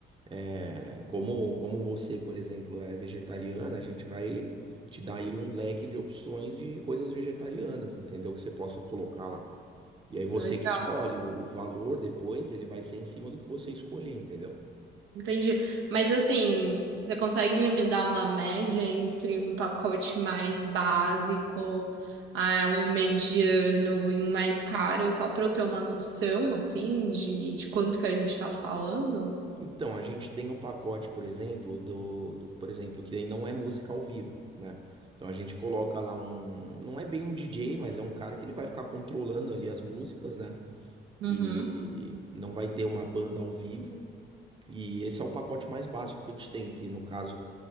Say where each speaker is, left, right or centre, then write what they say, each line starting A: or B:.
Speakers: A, on the right (about 25°); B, on the right (about 80°).
A: É, como, como você, por exemplo, é vegetariana, a gente vai te dar aí um leque de opções de coisas vegetarianas, entendeu? Que você possa colocar lá. E aí você
B: Legal,
A: que escolhe o, o valor depois, ele vai ser em cima do que você escolher, entendeu?
B: entendi. Mas assim, você consegue me dar uma média entre um pacote mais básico, ah, um mediano e um mais caro, só pra eu ter uma noção, assim, de, de quanto que a gente tá falando?
A: Então, a gente tem o pacote, por exemplo, do, do- por exemplo, que aí não é música ao vivo, né? Então a gente coloca lá um, não é bem um DJ, mas é um cara que ele vai ficar controlando ali as músicas, né?
B: Uhum,
A: E não vai ter uma banda ao vivo. E esse é o pacote mais básico que a gente tem, que no caso